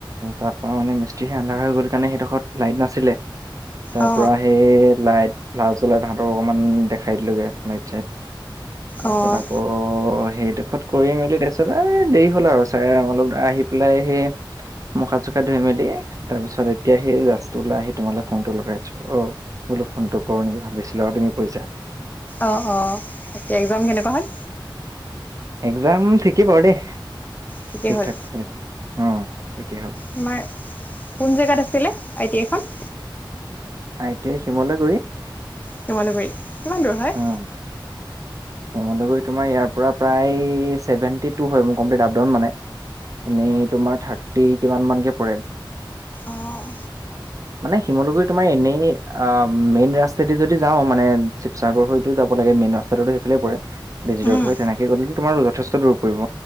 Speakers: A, on the right; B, on the left.
A: তাৰপৰা মানে মস্ত্ৰী স আন্ধ হৈ গল, কাৰণ সেইডোখৰ লাইট নাছিলে তাৰ
B: অ
A: পৰা সেই লাইট জলাই তাহতৰ অকমান দেখাই দিলোগে ৰাইট চাইট তাৰপিছত,
B: অ অ
A: আকৌ সেইডোখত কৰিম বুলিলি তাৰপিছত এই দেৰি হ'ল আৰু চাই অলপ আহি পেলাই সেই মুখা চোখা ধুই মেলি তাৰ পিছত এতিয়া সেই ল আহি তোমালৈ ফোনটো লগাইছো, অ মো ফোনটো কৰো নেকি ভাবিছিলো আৰু তুমি কৈছা
B: অ ', অ', তাকে, এক্জাম কেনেকুৱা হ'ল
A: এক্জাম ঠিকেই বাৰ দেই,
B: ঠিকেই
A: ঠিক
B: হ'ল
A: ঠাক হৈ আছে ঠিকেই হ'ল
B: তোমাৰ কোন জেগাত আছিলে আই টিখন
A: আই, টি, আই, শিমলু গুৰি
B: শিমলুগুৰি কিমান দূৰ হয়?
A: উম শিমলুগুৰি তোমাৰ ইয়াৰ পৰা প্ৰায় চেভেণ্টি টু হয়, মোৰ কমপ্লিট আপ ডাউন মানে, এনেই তোমাৰ থাৰ্টি কিমান মানকৈ পৰে
B: অ',
A: মানে, শিমলুগুৰি তোমাৰ এনেই মেইন ৰাস্তাইদি যদি যাওঁ মানে, শিৱসাগৰ হৈতো যাব লাগে মেইন ৰাস্তাটোতো ফালে পৰে <unintelligible>
B: উম
A: হৈ তেনেকে গলে, তোমাৰ যথেষ্ট দূৰ পৰিব